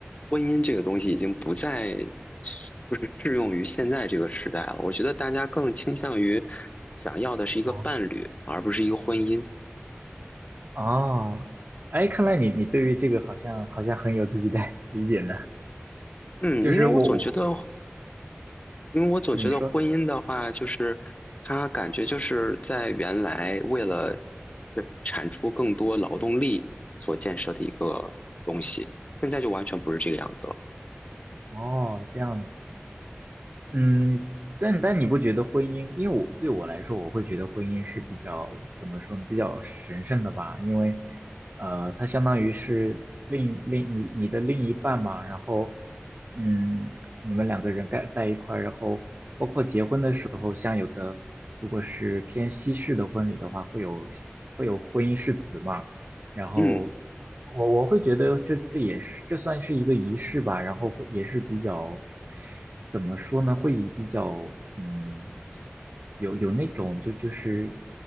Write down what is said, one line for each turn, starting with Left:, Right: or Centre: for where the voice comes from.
Left: 婚姻这个东西已经不再就是适用于现在这个时代了。我觉得大家更倾向于想要的是一个伴侣，
Right: 哦
Left: 而不是一个婚姻。
Right: 哦，哎，看来你你对于这个好像好像很有自己的 <laughs> 理解呢。
Left: 嗯，
Right: 就是我我
Left: 因为我总觉得，因为我总觉得婚姻的话，
Right: 你说
Left: 就是它感觉就是在原来为了呃产出更多劳动力所建设的一个东西，现在就完全不是这个样子了。
Right: 哦这样子，嗯，但但你不觉得婚姻，因为我对我来说，我会觉得婚姻是比较怎么说呢，比较神圣的吧，因为呃，它相当于是另另你你的另一半嘛，然后嗯，你们两个人该在一块儿，然后。婚的时候。如果是偏西式的婚礼的话，会有会有婚姻誓词嘛，然后
Left: 嗯。
Right: 我我会觉得这这也是这算是一个仪式吧，然后会也是比较怎么说呢，会比较嗯有有那种就就是